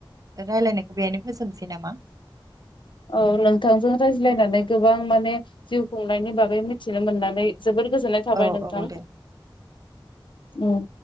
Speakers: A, on the right; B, on the left.
A: रायलायनायखौ बेहायनो फोजोबनोसै नामा?
B: औ नोंथांजों रायज्लायनानै गोबां माने जिउ खुंनायनि बागै मिथिनो मोननानै जोबोर गोजोननाय थाबाय
A: औ
B: नोंथां
A: औ दे।
B: उम।